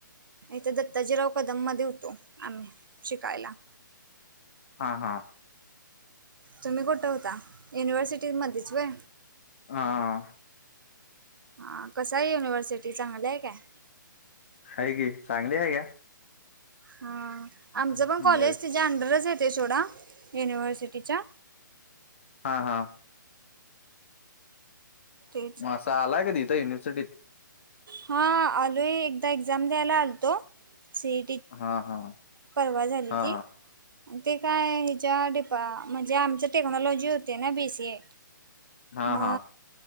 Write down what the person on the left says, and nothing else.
हा हा,
हा.
हाय की चांगली हाय घ्या.
म्हणजे
हा हा,
म आसं आलाय कधी इथं युिव्हसिटीत?
हा हा.
हा
<inaudible>
हा